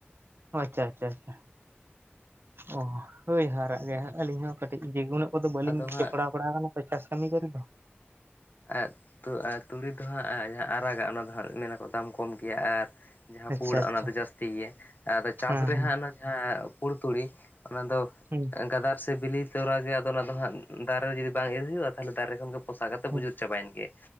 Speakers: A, on the right (about 65°); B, on the left (about 50°).
A: ᱚ ᱟᱪᱪᱷᱟ ᱟᱪᱪᱷᱟ ᱪᱷᱟ ᱚ ᱦᱳᱭ ᱦᱟᱨᱟᱜ ᱜᱮ ᱟᱹᱞᱤᱧ ᱦᱚᱸ ᱠᱟᱹᱴᱤᱡ ᱵᱤᱜᱩᱱᱚᱜ ᱠᱚᱫᱚ ᱵᱟᱹᱞᱤᱧ
B: ᱟᱫᱚ ᱦᱟᱸᱜ
A: ᱡᱚᱯᱲᱟᱣ ᱵᱟᱲᱟ ᱠᱟᱱᱟ ᱛᱚ ᱪᱟᱥ ᱠᱟᱹᱢᱤ ᱠᱚᱨᱮ ᱫᱚ,
B: ᱟᱜ ᱛᱩ ᱟᱨ ᱛᱩᱲᱤ ᱫᱚ ᱦᱟᱸᱜ ᱡᱟᱦᱟᱸ ᱟᱨᱟᱜᱟᱜ ᱚᱱᱟ ᱫᱚ ᱦᱟᱸᱜ ᱢᱮᱱᱟᱠᱚ ᱫᱟᱢ ᱠᱚᱢ ᱜᱮᱭᱟ, ᱟᱨ ᱡᱟᱦᱟᱸ
A: ᱟᱪᱪᱷᱟ
B: ᱯᱳᱲᱟᱜ
A: ᱟᱪᱪᱷᱟ
B: ᱚᱱᱟ ᱫᱚ ᱡᱟᱹᱥᱛᱤ ᱜᱮᱭᱟ ᱟᱫᱚ ᱪᱟᱥ
A: ᱦᱮᱸ
B: ᱨᱮᱦᱟᱸᱜ ᱚᱱᱟ ᱡᱟᱦᱟᱸ ᱯᱩᱲ ᱛᱩᱲᱤ ᱚᱱᱟ ᱫᱚ
A: ᱦᱩᱸ᱾
B: ᱜᱟᱫᱟᱨ ᱥᱮ ᱵᱤᱞᱤ ᱛᱚᱨᱟ ᱜᱮ ᱟᱫᱚ ᱚᱱᱟ ᱫᱚ ᱦᱟᱸᱜ ᱫᱟᱨᱮ ᱨᱮ ᱡᱩᱫᱤ ᱵᱟᱝ ᱤᱨ ᱦᱩᱭᱩᱜ-ᱟ ᱛᱟᱦᱞᱮ ᱫᱟᱨᱮ ᱠᱷᱚᱱ ᱜᱮ ᱯᱚᱥᱟᱜ ᱠᱟᱛᱮ
A: ᱦᱩᱸ
B: ᱵᱩᱡᱩᱨ ᱮᱱ ᱜᱮ